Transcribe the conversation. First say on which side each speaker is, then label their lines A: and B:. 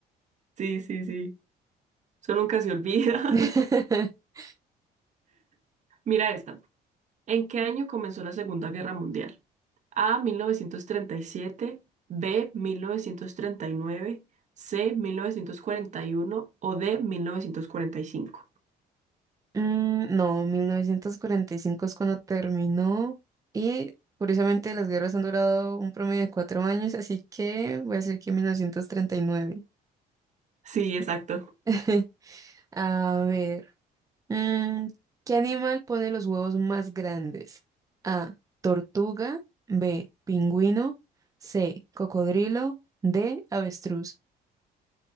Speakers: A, on the right; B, on the right.
A: Sí, sí, sí. Eso nunca se olvida.
B: <laughs>
A: <laughs> Mira esta. ¿En qué año comenzó la Segunda Guerra Mundial? A, 1937, B, 1939, C, 1941 o D, 1945.
B: Mm, no, mil novecientos cuarenta y cinco es cuando terminó y curiosamente las guerras han durado un promedio de cuatro años, así que voy a decir que 1939.
A: Sí, exacto.
B: <laughs> A ver. Mm, ¿qué animal pone los huevos más grandes? A, tortuga, B, pingüino, C, cocodrilo, D, avestruz.